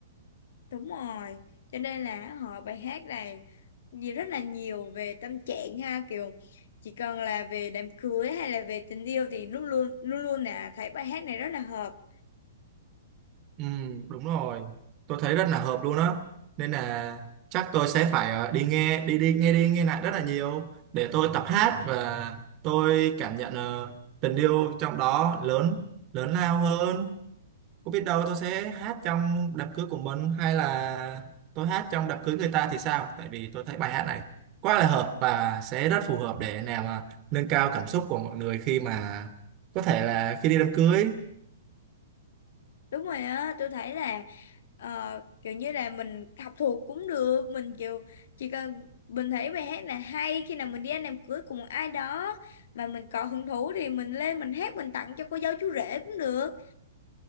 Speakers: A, on the left; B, on the right.
A: đúng rồi cho nên là họ bài hát này gì rất là nhiều về tâm trạng ha kiểu chỉ cần là về đám cưới hay là về tình yêu thì luôn luôn luôn luôn là thấy bài hát này rất là hợp
B: Ừ, đúng rồi. Tôi thấy rất là hợp luôn á. Nên là chắc tôi sẽ phải ờ, đi nghe đi đi nghe đi nghe lại rất là nhiều để tôi tập hát và tôi cảm nhận ờ, tình yêu trong đó lớn lớn lao hơn. Có biết đâu tôi sẽ hát trong đám cưới của mình hay là tôi hát trong đám cưới người ta thì sao? Tại vì tôi thấy bài hát này quá là hợp và sẽ rất phù hợp để làm ờ, nâng cao cảm xúc của mọi người khi mà có thể là khi đi đám cưới
A: Đúng rồi á, tôi thấy là ờ, kiểu như là mình học thuộc cũng được, mình kiểu chỉ cần mình thấy bài hát là hay khi nào mình đi ăn đám cưới của một ai đó mà mình có hứng thú thì mình lên mình hát mình tặng cho cô dâu chú rể cũng được.